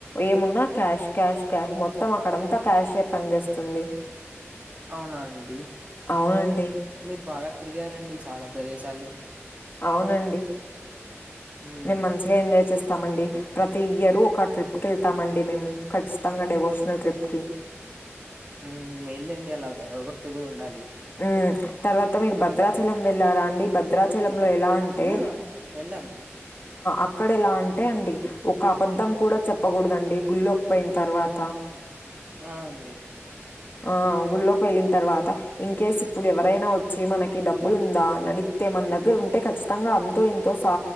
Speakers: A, on the left (about 45°); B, on the right (about 30°).
A: ఏమున్నా క్యాష్ క్యాష్ క్యాష్ మొత్తం అక్కడంతా క్యాష్ పనిచేస్తుంది
B: అవునా అండి
A: అవునండి
B: మీరు బాగా తిరిగారండి చాలా ప్రదేశాలు
A: అవునండి
B: హ్మ్.
A: మేము మంచిగా ఎంజాయ్ చేస్తామండి ప్రతి ఇయర్ ఒక ట్రిప్కి వెళ్తామండి మేము ఖచ్చితంగా డెవోషనల్ ట్రిప్కి
B: హ్మ్మ్ మేల్ండి అలా దైవ భక్తి కూడా ఉండాలి
A: ఉమ్మ్ తర్వాత మీరు భద్రాచలం వెళ్ళారా అండి భద్రాచలం లో ఎలా అంటే
B: ఆ! వెళ్ళామండి.
A: అక్కడ ఎలా అంటే అంటే అండి ఒక అబద్ధం కూడా చెప్పకూడదండి గుళ్ళకిపోయిన తర్వాత
B: ఆ అండి
A: ఆ గుళ్ళోకి వెళ్ళిన తర్వాత ఇన్కేస్ ఇప్పుడు ఎవరైనా వచ్చి మనకి డబ్బులు ఉందా అడి తే మన దగ్గర ఉంటే ఖచ్చితంగా అంతో ఇంతో సా